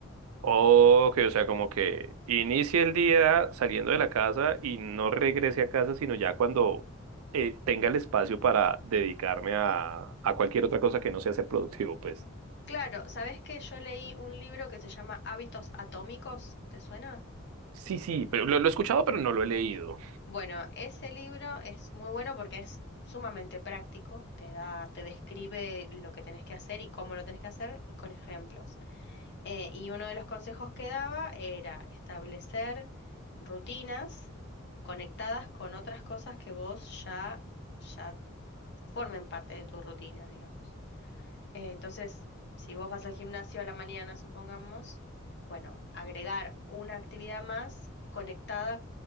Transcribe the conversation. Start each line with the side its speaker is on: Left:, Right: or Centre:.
Right: Ok, o sea, como que inicie el día saliendo de la casa y no regrese a casa, sino ya cuando eh, tenga el espacio para dedicarme a, a cualquier otra cosa que no sea ser productivo, pues.
Left: Claro, ¿sabés que yo leí un libro que se llama Hábitos Atómicos? ¿Te suena?
Right: Sí, sí, pero lo, lo he escuchado, pero no lo he leído.
Left: Bueno, ese libro es muy bueno porque es sumamente práctico, te da, te describe lo que tenés que hacer y cómo lo tenés que hacer y con ejemplos. Eh, y uno de los consejos que daba era establecer rutinas conectadas con otras cosas que vos ya, ya formen parte de tu rutina, digamos. Eh, entonces, si vos vas al gimnasio a la mañana, supongamos, bueno, agregar una actividad más conectada